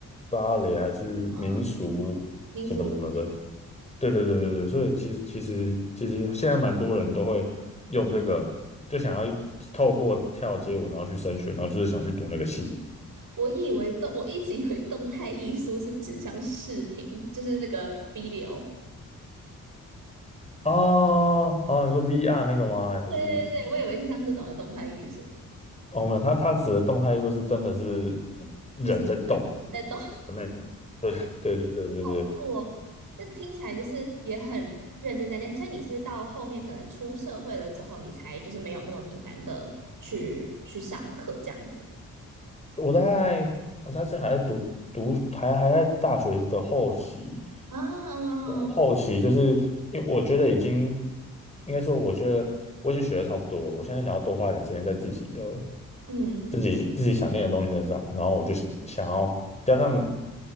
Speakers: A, on the left; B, on the right.
A: 芭蕾还是民俗什么什么的，
B: 嗯嗯，民俗舞。
A: 对对对对对，所以其实其实其实现在蛮多人都会用这个，就想要透过跳街舞然后去升学，然后就是想去读那个系。
B: 我以为动，我一直以为动态艺术是指像视频，就是那个 video。
A: 哦哦，你说 VR 那个吗？还是
B: 对对对，我以为是像这种的动态艺术，
A: 哦没有，它它指的动态艺术是真的是人在动
B: 就是你在动
A: 的那种。对对对对对，
B: <laughs> 我，但听起来就是也很认真在练。所以你是到后面可能出社会了之后，你才就是没有那么频繁的去去上课这样子
A: 我大概我那次还在读读还还在大学的后期，
B: 啊，
A: 我后期就是因为我觉得已经应该说，我觉得我已经学的差不多了，我现在想要多花一点时间在自己的。
B: 嗯。
A: 自己自己想练的东西身上，然后我就是想要加上，